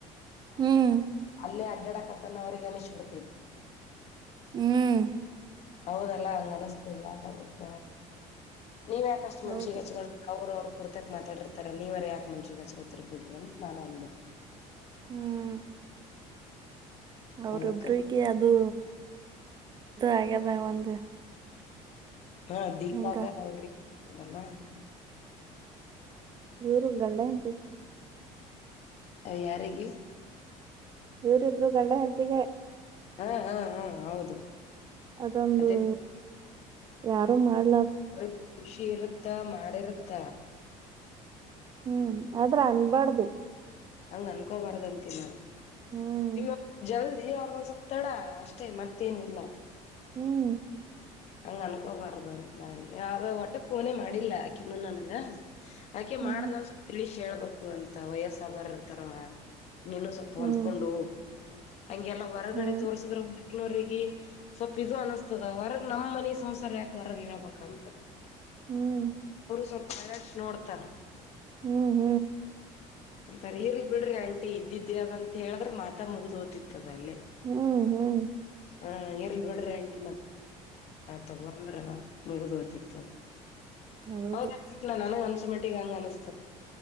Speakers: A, on the right (about 30°); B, on the left (about 50°).
A: ಹ್ಮ್
B: ಅಲ್ಲೇ ಅಡ್ಡಡ ಆತ್ತಲ್ಲ ಅವ್ರರಿಗೆ ಅ ಹ ತೈತಿ
A: ಹ್ಮ್
B: ಹೌದಲ್ಲಾ ಹಂಗ ಅನಸ್ತದ ಅದಕ್ಕ ನೀವ ಯಾಕಷ್ಟು
A: ಹೌದು
B: ಮನ್ಷಿಗೆ ಹಚ್ಕೊಂಡ ಅವ್ರ ಅವ್ರ ಪೂರ್ತಾಕ್ ಮಾತಾಡಿರ್ತಾರ ನೀವರ ಯಾಕೆ ಮುಂಚಿಗ ಗೊತ್ತಿರ್ಬ ಬಿಡ್ರಿ ಅಂತ ನಾನನ್ ಅಂದೆ
A: ಹ್ಮ್ ಅವ್ರೊಬ್ರರಿಗೆ
B: ಅದಕ್ಕ
A: ಅದು ಆಗ್ಯದ ಒಂದು
B: ಹಾ ದೀಪಾಗ
A: ಹಿಂಗ
B: ಅವ್ರಿಗೆವಲ್ಲ
A: ಇವರು ಗಂಡ ಎಂತ
B: ಹ ಯಾರಿಗೆ
A: ಇವರಿಿಬ್ರು ಗಲ್ಲ ಎಂತಗೆ
B: ಹಾ ಹಾ ಹಾ ಹೌದು
A: ಅದೊಂದು
B: ಅದೇ
A: ಯಾರು ಮಾಡ
B: ಬ ಖುಷಿ ಇರ ಂತ ಮಾಡಿರ್ತ್ತ
A: ಹ್ಮ್ ಆದ್ರ ಅನ್ಬಾಾರ್ದು
B: ಹಂಗ್ ಅನ್ಕೋಬಾರ್ದ ಅಂತಿ ನಾನು
A: ಹ್ಮ್
B: ಇನ್ನು ಜಲ್ ್ಯ ಅವಗಸ ತಡ ಅಷ್ಟೇ ಮತ್ತೇನಿಲ್ಲ
A: ಹ್ಮ್
B: ಹಂಗ ಅನ್ಕೋಬಾರ್ದಂತ ನ ಆದ ಹೊಟ್ಟೆ ಫೋನೇ ಮಾಡಿಲ್ಲಕಿನ್ನು ನನಗ ಯಾಕೆ
A: ಹ್ಮ್
B: ಮಾಡ್ಲ
A: ಹ್ಮ್
B: ಒನ್ ಸ್ <unintelligible> ಹೇಳ್ಬೇಕು ಅಂತ ವಯಸ್ಸ ಆದಾರ ಇರ್ತಾರಲ ನಿನ್ನು ಸ್ವಲ್ಪ ಹೊಂದ್ಕೊಂಡು
A: ಹ್ಮ್
B: ಹೋಗ್ ಹ ಹಂಗೆಲ್ಲ ಹೊರಗಡೆ
A: ಹ್ಮ್
B: ತೋರ್ಸದ್ರು. ನವ್ರಿಗೆ ಸ್ವಲ್ಪ್ ಪ್ <unintelligible> ಅನಸ್ತದ ಅವರ ನಮ್ ಮನ ಸಂಸಾರ ಯಾಕೆ ಹೊರಗ್ ಇರಬೇಕಂತ
A: ಹ್ಮ್
B: ಸ್ವಲ್ಪ ಅಲ್ಲಡ್ಸ್ ನೋಡ್
A: ಹ್ಮ್ ಹ್ಮ್
B: ಅಂತರ್ ಇರ್ಲ್ ಬಿಡ್ರಿ ಇದ್ದಿದ್ರ ಅಂತ ಹೇಳಿದ್ರೆ ಮಾತ ಮುಗುದೋ ಹೋಗ್ತಿತ್ತು ಅಲ್ಲೆ
A: ಹ್ಮ್ ಹ್ಮ್
B: ಹಾಂ ಇರ್ಲಿಬಿಡಿ ಆಂಟಿನ... ತಗಂದ್ರ ಮುಗಿದ್ ಓತಿತ್ತು
A: ಹೌದು
B: ಹೌದ ಚಕ್ ನಾನು ಅನ್ಸ್ ಆಟಮೆಟಿಕ್ ಹಂಗ ಅನ್ಸ್